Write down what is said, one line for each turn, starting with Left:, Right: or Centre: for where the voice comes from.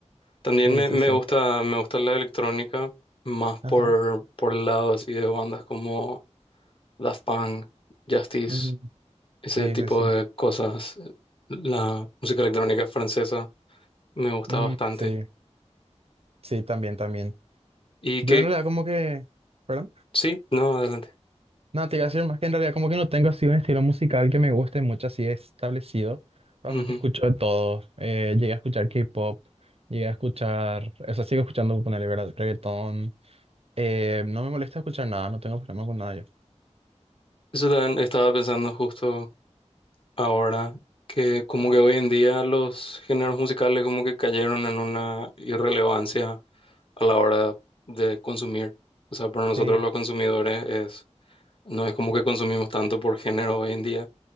Left: También
Right: sí,
Left: me,
Right: sí,
Left: me
Right: sí,
Left: gusta, me gusta la electrónica más
Right: ajá,
Left: por, por el lado así de bandas como Daft Punk, Justice.
Right: mm,
Left: Ese
Right: sí,
Left: tipo
Right: sí, sí,
Left: de cosas, la música electrónica francesa me gusta
Right: mm,
Left: bastante.
Right: sí, sí, también, también.
Left: Y
Right: Yo
Left: que,
Right: no le da como que... ¿Perdón?
Left: sí, no, adelante.
Right: No, te iba a decir más que en realidad como que no tengo así un estilo musical que me guste mucho, así establecido. Realmente
Left: Ujú.
Right: escucho de todo. Eh, llegué a escuchar K-pop, llegué a escuchar, o sea, sigo escuchando, ponerle verdad, reggaetón. Eh, no me molesta escuchar nada, no tengo problema con nada yo.
Left: Eso también estaba pensando justo ahora, que como que hoy en día los géneros musicales como que cayeron en una irrelevancia a la hora de consumir. O sea, para nosotros
Right: Sí,
Left: los consumidores es, no es como que consumimos tanto por género hoy en día,